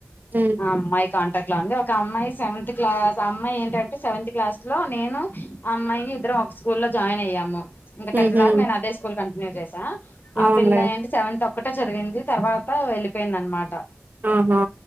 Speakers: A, on the right (about 45°); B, on the left (about 50°).
A: ఉమ్
B: ఆ అమ్మాయి కాన్ లోంది ఒక అమ్మాయి సెవెంత్ క్లాస్ అమ్మాయి ఏంటంటే సెవెంత్ క్లాస్ లో నేను అమ్మాయి ఇద్దరం ఒక స్కూ లో జాయిన్ అయ్యాము ఇంకా టెన్త్
A: ఉహు
B: దాకా నేను అదే స్కూల్ కంటిన్యూ చేసా ఆ
A: అవునులే
B: పిల్ల ఏంటి సెవన్త్ తొక్కట చదివింది తర్వాత వెళ్ళిపోయింది అనమాట
A: ఆహా